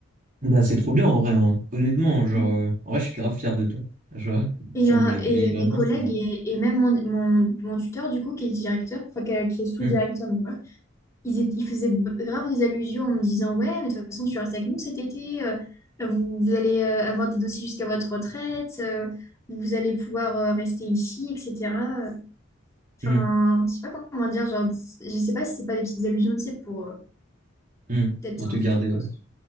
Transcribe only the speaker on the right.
Bah, c'est trop bien, en vrai, hein. Honnêtement, genre,
euh, en vrai, je suis grave fier de toi. Genre, <laughs>
sans
blague,
mais vraiment,
c'est.
Mm.
Mm.
Hmm,
pour
te garder,
ouais.